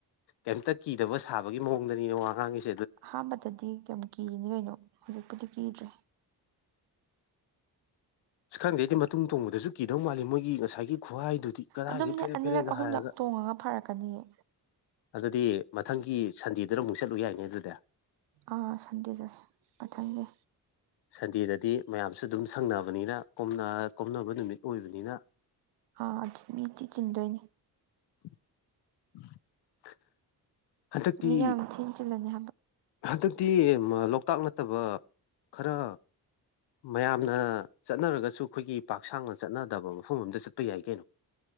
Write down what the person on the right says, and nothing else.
ꯑꯍꯥꯟꯕꯗꯗꯤ ꯀꯌꯥꯝ ꯀꯤꯔꯤꯅꯤ ꯀꯩꯅꯣ ꯍꯧꯖꯤꯛꯄꯨꯗꯤ ꯀꯤꯗ꯭ꯔꯦ
ꯑꯗꯨꯝꯅꯦ
ꯑꯅꯤꯔꯛ
ꯑꯍꯨꯝꯂꯛ
ꯇꯣꯡꯉꯒ ꯐꯔꯛꯀꯅꯤꯌꯦ
ꯑꯥ ꯁꯟꯗꯦꯗꯁ ꯃꯊꯪꯒꯦ
ꯑꯥ ꯑꯗꯨ ꯃꯤꯗꯤꯤ ꯆꯤꯟꯗꯣꯏꯅꯤ
ꯃꯤ ꯌꯥꯝ ꯊꯤꯟ ꯆꯜꯂꯅꯤ